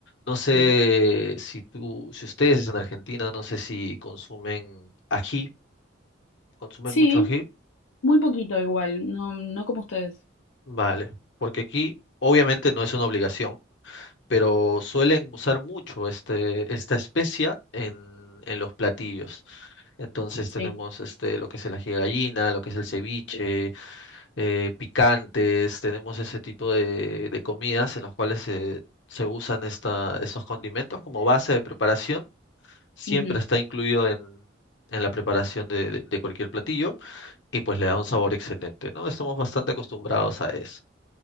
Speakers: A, on the left; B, on the left.
A: No sé
B: Sí.
A: si tú, si ustedes en Argentina, no sé si consumen ají, consumen
B: Sí,
A: mucho ají.
B: muy poquito igual, no, no como ustedes.
A: Vale, porque aquí obviamente no es una obligación, pero suelen usar mucho este, esta especia en, en los platillos. Entonces tenemos
B: Sí,
A: este, lo que es el ají de gallina, lo que es el ceviche, eh, picantes, tenemos ese tipo de, de comidas en los cuales se, se usan esta, estos condimentos como base de preparación. Siempre
B: ujú,
A: está incluido en, en la preparación de, de de cualquier platillo y pues le da un sabor excelente, ¿no? Estamos bastante acostumbrados a eso.